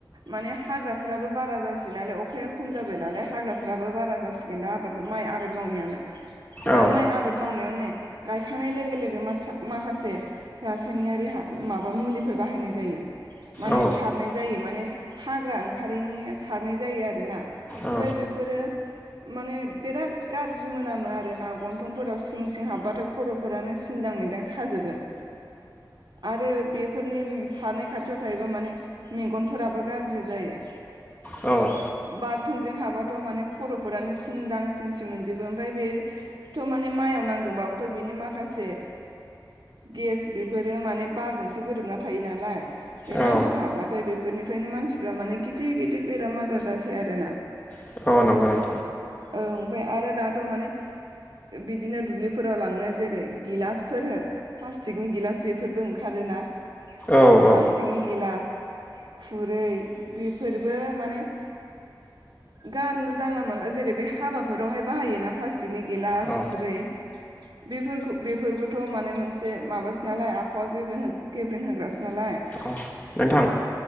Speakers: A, on the right; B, on the left.
A: माने हाग्राफोराबो बारा जासै नालाय अखाया खम जाबाय नालाय हाग्राफोराबो बारा जासिग गेनदा आबाद माइ आबाद मावनायावनो दा
B: औ
A: माइ आबाद मावनायावनो नै गायखांनाय लोगो लोगो मास माखासे रासायनियारि माबा मुलिफोर बाहायनाय जायो माने
B: औ
A: सारनाय जायो माने हाग्रा ओंखारैनि सारनाय जायो आरोना
B: औ
A: ओमफ्राय बेफोरो माने बिराद गाज्रि मोनामो आरो ना गन्थंफोराव सिं सिं हाबबाथाय खर' फोरानो सिन्दां मैदां साजोबो आरो बेफोरनि सारनाय खाथियाव थायोबा माने मेगनफोराबो गाज्रि जायो
B: औ
A: बारथोंजों थाबाथ' माने खर'फोरानो सिन दां सिन सि मोनजोबो ओमफ्राय बे थ' माने माइआव नांदोंबाबोथ' बिनि माखासे गेस बेफोरो माने बारजोंसो गोरोबना थायो नालाय बे
B: औ
A: मानसिनो हाबबाथाय बेफोरनिफ्रायनो मानसिफ्रा माने गिदिर गिदिर बेराम आजार जासै आरोना
B: <unintelligible> संग रान
A: ओं ओमफ्राय आरो दाथ' माने बिदिनो दुब्लिफोराव लांनो जेरै गिलासफोर होन थिगनि गिलास बेफोरबो ओंखारोना
B: औ औ
A: प्लास्टिकनि गिलास खुरै बेफोरबो माने गारला जानला मानला जेरै बे हाबाफोरावहाय बाहायोना प्लास्टिकनि गिलास
B: औ
A: खुरै बेफोरखौ बेफोरबोथ' माने मोनसे एसे माबासो नालाय आबहावा गेब्रेें होग्रासो नालाय
B: औ नोंथां